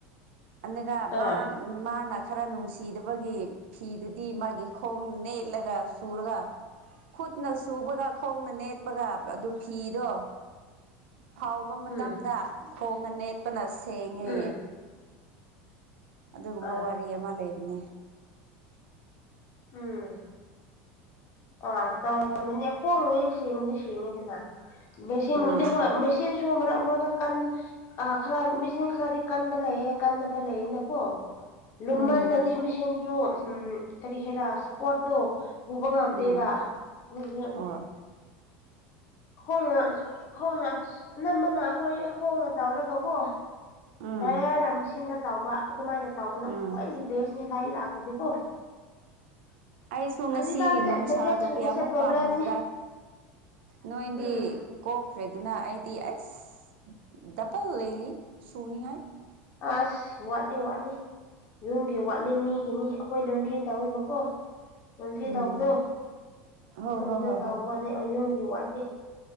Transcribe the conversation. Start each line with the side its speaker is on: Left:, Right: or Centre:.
Right: ꯑꯟꯅꯨꯒ
Left: ꯑꯥ
Right: ꯃꯥꯟ ꯃꯥꯅ ꯈꯔ ꯅꯨꯡꯁꯤꯗꯕꯒꯤ ꯐꯤꯗꯨꯗꯤ ꯃꯥꯒꯤ ꯈꯣꯡ ꯅꯦꯠꯂꯒ ꯁꯨꯔꯒ ꯈꯨꯠꯅ ꯁꯨꯕꯒ ꯈꯣꯡꯅ ꯅꯦꯠꯄꯒ ꯑꯗꯨ ꯐꯤꯗꯣ ꯐꯥꯎꯕ ꯃꯇꯝꯗ
Left: ꯎꯝ
Right: ꯈꯣꯡꯅ ꯅꯦꯠꯄꯅ ꯁꯦꯡꯉꯦ
Left: ꯎꯝ
Right: ꯑꯗꯨꯒꯨꯝꯕ
Left: ꯑꯥ
Right: ꯋꯥꯔꯤ ꯑꯃ ꯂꯩꯕꯅꯦ
Left: ꯎꯝ ꯑꯥ ꯇꯧꯔꯝꯒꯅꯤ ꯈꯣꯡꯅ ꯁꯦꯡꯗꯤ ꯁꯦꯡꯉꯤꯗꯅ ꯃꯦꯁꯤꯟꯒꯤꯗꯤ
Right: ꯑꯥ
Left: ꯍꯣꯏ ꯃꯦꯁꯤꯟꯁꯨ ꯃꯔꯛ ꯃꯔꯛꯇ ꯀꯟ ꯑꯥ ꯈꯔ ꯃꯦꯁꯤꯟ ꯈꯔꯗꯤ ꯀꯟꯕ ꯂꯩꯌꯦ ꯀꯟꯗꯕ ꯂꯩꯌꯦꯅꯀꯣ ꯂꯨꯝꯃꯜꯂꯗꯤ
Right: ꯎꯝ
Left: ꯃꯆꯦꯟꯁꯨ ꯍꯨꯝ ꯀꯔꯤ ꯍꯦꯔꯥ ꯁꯞꯄꯣꯠꯇꯣ ꯄꯨꯕ ꯉꯝꯗꯦꯕ
Right: ꯎꯝ
Left: ꯑꯗꯨꯗꯨꯒꯤ
Right: ꯍꯣꯏ
Left: ꯍꯣꯏꯌꯦ ꯍꯣꯡꯅ ꯅꯝꯕꯅ ꯑꯈꯣꯏ ꯍꯣꯡꯅ ꯇꯧꯔꯒꯀꯣ
Right: ꯎꯝ
Left: ꯗ꯭ꯔꯌꯥꯔꯅ ꯃꯤꯁꯤꯟꯗ ꯇꯧꯕ ꯑꯗꯨꯃꯥꯏꯅ ꯇꯧꯕꯅ
Right: ꯎꯝ
Left: ꯈ꯭ꯋꯥꯏꯗꯒꯤ ꯕꯦꯁꯅꯤ ꯂꯥꯏꯛ ꯂꯥꯛꯄꯗꯤꯀꯣ <inaudible>
Right: ꯑꯩꯁꯨ ꯉꯁꯤꯒꯤ
Left: ꯍꯧꯖꯤꯛꯀꯥꯟꯁꯦ
Right: ꯅꯨꯡꯁꯥꯗꯣ
Left: ꯕ꯭ꯂꯦꯡꯀꯦꯠ ꯁꯨꯕꯁꯦ
Right: ꯀꯌꯥꯃꯨꯛ
Left: ꯄ꯭ꯔꯣꯕ꯭ꯂꯦꯝꯅꯤ
Right: ꯄꯥꯝꯃꯨꯕ꯭ꯔꯥ ꯅꯣꯏꯗꯤ
Left: ꯎꯝ
Right: ꯀꯣꯛꯈ꯭ꯔꯦ ꯑꯗꯨꯅ ꯑꯩꯗꯤ ꯑꯁ ꯗꯕꯜ ꯂꯩꯔꯤ ꯁꯨꯅꯤꯉꯥꯏ
Left: ꯑꯁ ꯋꯥꯠꯂꯤ ꯋꯥꯠꯂꯤ ꯌꯨꯝꯒꯤ ꯋꯥꯠꯂꯤ ꯃꯤꯒꯤꯅꯤ ꯑꯩꯈꯣꯏ ꯂꯣꯟꯗ꯭ꯔꯤ ꯇꯧꯋꯦꯕꯀꯣ ꯂꯣꯟꯗ꯭ꯔꯤ
Right: ꯎꯝ
Left: ꯇꯧꯕꯗꯣ
Right: ꯍꯣꯏ
Left: ꯗꯨꯒꯤꯗꯣ
Right: ꯍꯣꯏ ꯍꯣꯏ
Left: ꯇꯥꯎꯕ
Right: ꯍꯣꯏ
Left: ꯋꯥꯅꯦ ꯑ ꯌꯨꯝꯒꯤ ꯋꯥꯠꯂꯤ